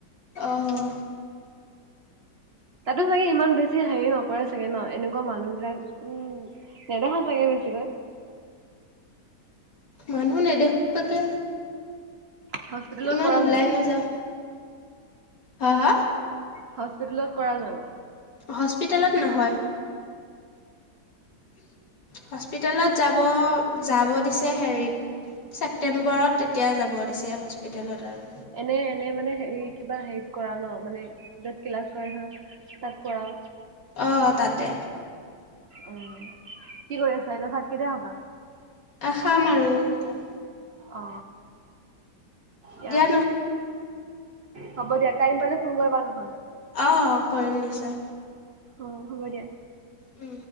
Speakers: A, on the left; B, on the right.
A: আহ
B: তাতো চাগে ইমান বেছি হেৰি নকৰে চাগে ন এনেকুৱা মানুহ বিলাক উম নেদেখা চাগে বেছিকৈ <inaudible>
A: মানুহ নেদেখো পাওতে
B: হস্পিতেলত
A: ইমান
B: কৰা
A: ওলাই
B: জানো
A: নাযাওঁ হা
B: হস্পিতেলত কৰা জানো
A: হস্পিটেলত নহয় হস্পিতেলত যাব যাব দিছে হেৰিত ছেপটেম্বৰত তেতিয়া যাব দিছে হস্পিতেলত আৰু
B: এনে এনে মানে হেৰি কিবা হেৰিত কৰা ন মানে য'ত ক্লাছ কৰে ধৰ তাত কৰাওঁ
A: অঁ তাতে
B: উম কি কৰি আছা এতিয়া ভাত কেতিয়া খাবা <unintelligible>
A: আহখাম আৰু এতিয়া
B: অ দ
A: দিয়া
B: হ'ব দিয়া টাইম পালে ফোন কৰিবা নহ'লে।
A: অ কৰিম নিশ্চয়
B: অঁ হ'ব দিয়া
A: উম